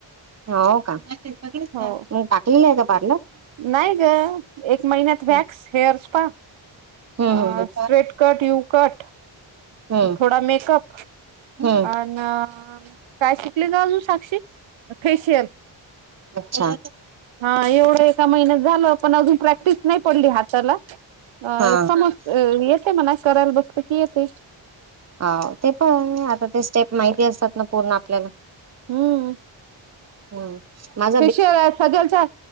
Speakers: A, on the right; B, on the right.
A: हो का मग
B: हो
A: टाकलेलं आहे का पार्लर?
B: नाही ग एक महिन्यात वॅक्स
A: हम्म
B: हेअर्स स्पा
A: हम्म
B: अ
A: हम्म
B: स्ट्रेट कट यू कट
A: हम्म
B: थोडा मेकअप.
A: हम्म.
B: अन् काय शिकली ग अजून साक्षी? फेशियल
A: अच्छा
B: हा एवढं एका महिन्यात झालं पण अजून प्रॅक्टिस नाही पडली हाताला. अ
A: हा
B: समज येते म्हणा करायला बसला की येते.
A: हा ते पण आता ते स्टेप माहिती असतात ना पूर्ण आपल्याला.
B: हम्म.
A: हम् <unintelligible>
B: फेशियल हाय सजेलचा.